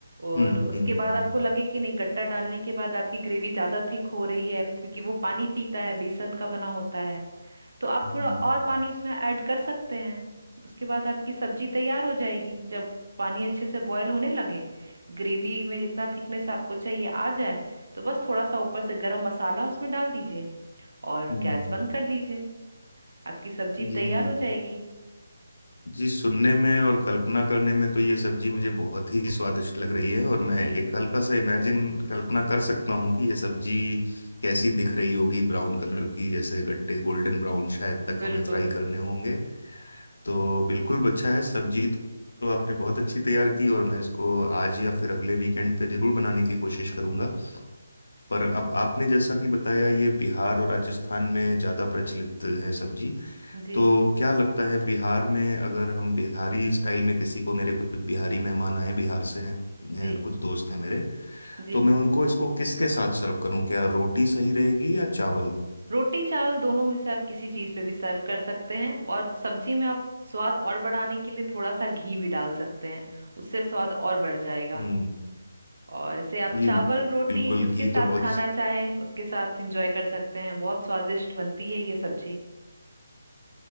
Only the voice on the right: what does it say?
और
उसके
बाद आपको लगे कि नहीं गट्टा डालने के बाद आपकी ग्रेवी ज़्यादा थिक हो रही है क्योंकि वो पानी पीता है बेसन का बना होता है तो आप
थोड़ा और
पानी उसमें ऐड कर सकते हैं उसके बाद आपकी सब्जी तैयार हो जाएगी जब पानी अच्छे से बॉयल होने लगे ग्रेवी में जितना थिकनेस आपको चाहिए आ जाए तो बस थोड़ा सा ऊपर से गरम मसाला उसमें डाल दीजिए और
गैस
बंद कर दीजिए आपकी सब्जी
तैयार हो जाएगी
बिल्कुल
जी
जी
जी
रोटी चावल दोनों में से आप किसी चीज़ पे भी सर्व कर सकते हैं और सब्जी में आप स्वाद और बढ़ाने के लिए थोड़ा सा घी भी डाल सकते हैं उससे स्वाद और बढ़ जाएगा
और इसे आप
चावल रोटी
जिसके
साथ
खाना चाहें उसके साथ एंजॉय कर सकते हैं बहुत स्वादिष्ट बनती है ये सब्जी